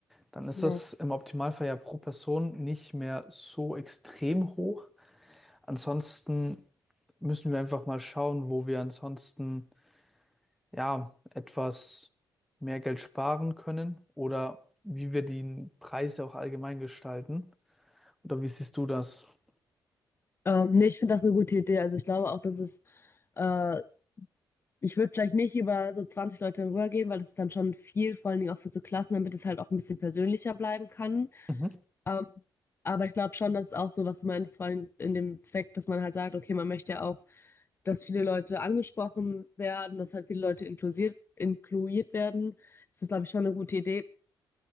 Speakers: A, in the centre; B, on the left (about 30°).
A: Dann ist
B: Ja.
A: das im Optimalfall ja pro Person nicht mehr so extrem hoch. Ansonsten müssen wir einfach mal schauen, wo wir ansonsten ja etwas mehr Geld sparen können oder wie wir die Preise auch allgemein gestalten. Oder wie siehst du das?
B: Ähm, nee, ich finde das eine gute Idee. Also ich glaube auch, dass es äh, Ich würde vielleicht nicht über so 20 Leute rübergehen, weil das ist dann schon viel, vor allen Dingen auch für so Klassen, damit es halt auch ein bisschen persönlicher bleiben kann.
A: Mhm.
B: Ähm, aber ich glaube schon, dass es auch so, was du meinst, vor allem in dem Zweck, dass man halt sagt, okay, man möchte ja auch, dass viele Leute angesprochen werden, dass halt viele Leute inklusiert, inkluiert werden. Das ist, glaube ich, schon eine gute Idee